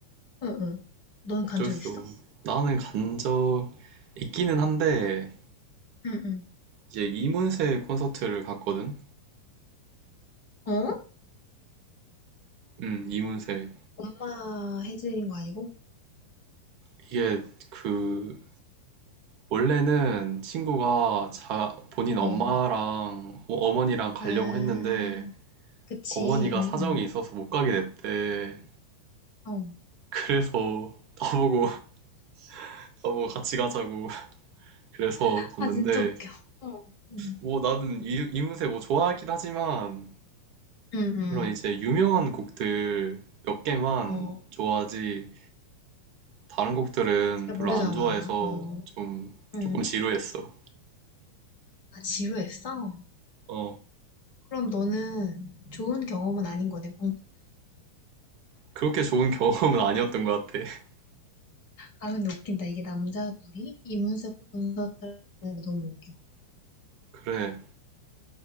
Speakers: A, on the left (about 50°); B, on the right (about 45°).
A: 응, 응. 넌
B: 어쩔
A: 간 적
B: 수.
A: 있어?
B: 없- 나는 간 적 있기는 한데
A: 응, 응.
B: 이제 이문세 콘서트를 갔거든.
A: 어?
B: 음, 이문세.
A: 엄마 해드린 거 아니고?
B: 이게 그 원래는 친구가 자, 본인 엄마랑
A: 어.
B: 어- 어머니랑 가려고
A: 아,
B: 했는데
A: 그치.
B: 어머니가
A: 응,
B: 사정이
A: 응.
B: 있어서 못 가게 됐대.
A: 어.
B: 그래서 나보고 <laughs> 나보고 같이 가자고 그래서 갔는데
A: 아, 진짜 웃겨. 어. 응,
B: 뭐 나는 이, 이문세 뭐 좋아하긴 하지만
A: 응. 응.
B: 그런 이제 유명한 곡들 몇 개만
A: 어.
B: 좋아하지 다른 곡들은
A: 잘
B: 별로
A: 모르잖아.
B: 안 좋아해서
A: 어.
B: 좀
A: 응.
B: 조금 지루했어.
A: 아, 지루했어?
B: 어
A: 그럼 너는 좋은 경험은 아닌 거네,
B: 그렇게 좋은 <laughs> 경험은 아니었던 것 같아. <laughs>
A: 아, 근데 웃긴다. 이게 남자 둘이 이문세 콘서트하는 게 너무 웃겨.
B: 그래.